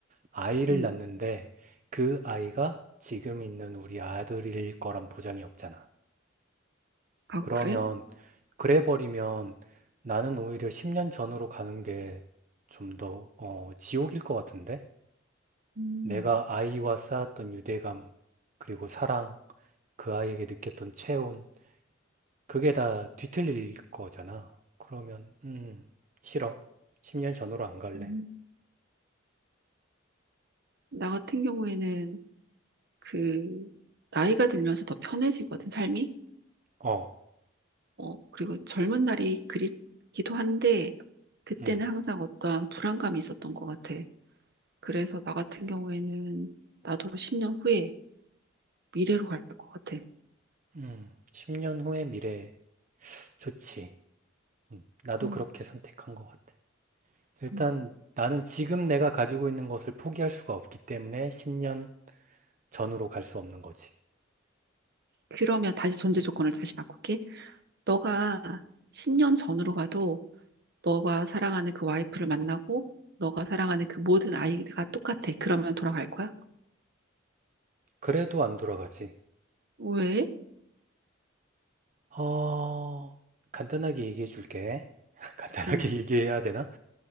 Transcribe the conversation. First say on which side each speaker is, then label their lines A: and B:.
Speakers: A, on the right (about 40°); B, on the right (about 55°).
A: 아이를
B: 음.
A: 낳는데 그 아이가 지금 있는 우리 아들일 거란 보장이 없잖아.
B: 아,
A: 그러면
B: 그래?
A: 그래 버리면 나는 오히려 10년 전으로 가는 게 좀 더, 어, 지옥일 것 같은데?
B: 음.
A: 내가 아이와 쌓았던 유대감, 그리고 사랑, 그 아이에게 느꼈던 체온, 그게 다 뒤틀릴 거잖아. 그러면, 음, 싫어. 10년 전으로 안 갈래.
B: 음. 나 같은 경우에는 그 나이가 들면서 더 편해지거든, 삶이.
A: 어,
B: 어, 그리고 젊은 날이 그립기도 한데 그때는
A: 음,
B: 항상 어떠한 불안감이 있었던 것 같아. 그래서 나 같은 경우에는 나도 10년 후에 미래로 갈 것 같아.
A: 음, 10년 후의 미래 좋지. 음, 나도
B: 음.
A: 그렇게 선택한 것 같아. 일단
B: 음.
A: 나는 지금 내가 가지고 있는 것을 포기할 수가 없기 때문에 10년 전으로 갈 수 없는 거지.
B: 그러면 다시 전제 조건을 다시 바꿀게. 너가 10년 전으로 가도 너가 사랑하는 그 와이프를 만나고 너가 사랑하는 그 모든 아이가 똑같아. 그러면 돌아갈 거야?
A: 그래도 안 돌아가지.
B: 왜?
A: 어, 간단하게 얘기해 줄게. <laughs> 간단하게
B: 음,
A: 얘기해야 되나?